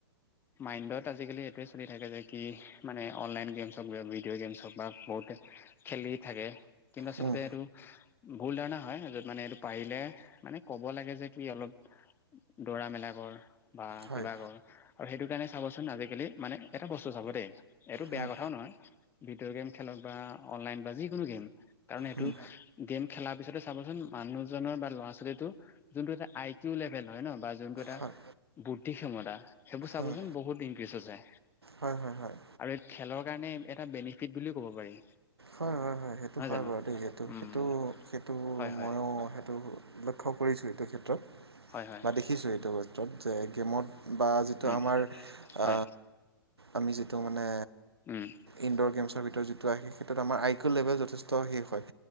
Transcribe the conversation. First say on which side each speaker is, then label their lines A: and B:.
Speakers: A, on the left (about 15°); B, on the right (about 75°).
A: মাইণ্ডত আজিকালি এইটোৱে চলি থাকে যে কি মানে অনলাইন গেমছ হওক বা ভিডিঅ' গেমছ হওক বা বহুতে খেলি থাকে কিন্তু আচলতে
B: উম
A: এইটো ভুল ধাৰণা হয় <unintelligible> মানে এইটো পাৰিলে মানে ক'ব লাগে যে কি অলপ দৌৰা মেলা কৰ বা
B: হয়
A: কিবা কৰ আৰু সেইটো কাৰণে চাবচোন আজিকালি মানে এটা বস্তু চাব দেই এইটো বেয়া
B: উম
A: কথাও নহয় ভিডিঅ' গেম খেলক বা অনলাইন বা যিকোনো গেম কাৰণ সেইটো
B: উম
A: গেম খেলাৰ পিছতে চাবচোন মানুহজনৰ বা ল'ৰা ছোৱালীটো যোনটো এটা আই কিউ লেভেল হয় ন বা যোনটো এটা
B: হয়
A: বুদ্ধি ক্ষমতা সেইবোৰ চাবচোন
B: উম
A: বহুত ইনক্ৰিজ হৈছে
B: হয় হয় হয়
A: আৰু খেলৰ কাৰণে এটা বেনিফিট বুলিও ক'ব পাৰি।
B: হয় হয় সেইটো
A: নহয়
B: হয়
A: জানো
B: বাৰু দেই যিহেতু
A: উম
B: সেইটো - সেইটো
A: হয় হয়
B: ময়ো টো লক্ষ্য কৰিছোঁ এইটো ক্ষেত্ৰত।
A: হয় হয়
B: বা দেখিছোঁ এইটো <unintelligible> যে গেমত বা যিটো
A: উম
B: আমাৰ আ
A: হয়
B: আমি যি টো মানে
A: উম
B: ইনডোৰ গেমছৰ ভিতৰত যিটো আহে সেইটোত আমাৰ আই কিউ লেবেল যথেচ ত শেষ হয়।